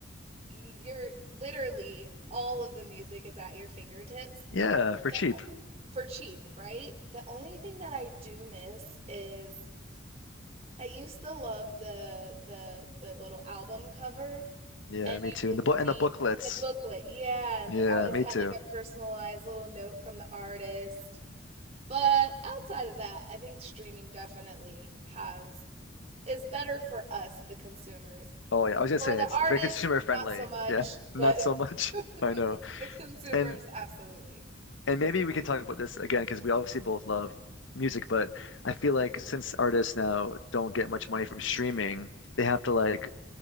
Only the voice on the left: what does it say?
Yeah, for
cheap.
Yeah,
me
too.
And the book
and the booklets.
Yeah,
me
too.
Oh yeah, I was gonna
say
it's
very <laughs> consumer friendly.
Yeah,
not so much.
<laughs> I know.
And
and maybe we can talk about this again because we obviously both love music, but I feel like since artists now don't get much money from streaming, they have to like